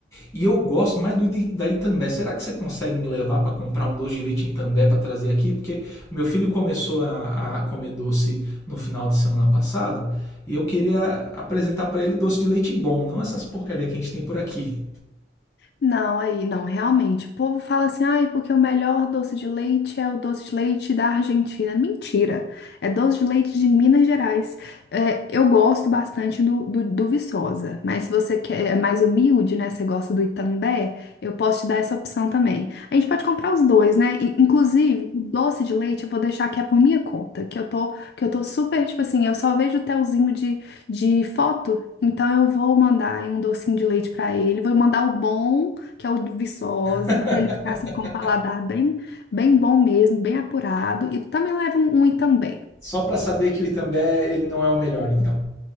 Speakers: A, on the left (about 20°); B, on the left (about 65°).
A: E eu gosto mais do da Itambé. Será que você consegue me levar para comprar um doce de leite em Itambé para trazer aqui? Porque meu filho começou a, a comer doce no final de semana passado e eu queria apresentar para ele doce de leite bom, não essas porcaria que a gente tem por aqui.
B: Não, aí, não, realmente. O povo fala assim, ai, porque o melhor doce de leite é o doce de leite da Argentina. Mentira! É doce de leite de Minas Gerais. É, eu gosto bastante do, do, do Viçosa, mas se você quer, é mais humilde, né? Você gosta do Itambé, eu posso te dar essa opção também. A gente pode comprar os dois, né? In- Inclusive, o doce de leite eu vou deixar que é por minha conta, que eu tô, que eu tô super, tipo assim, eu só vejo o telzinho de, de foto. Então eu vou mandar aí um docinho de leite pra ele, vou mandar o bom que é o do Viçosa,
A: <laughs>
B: para ele ficar assim com o paladar bem, bem bom mesmo, bem apurado. E também leva um, um Itambé.
A: Só para saber que o Itambé ele não é o melhor, então.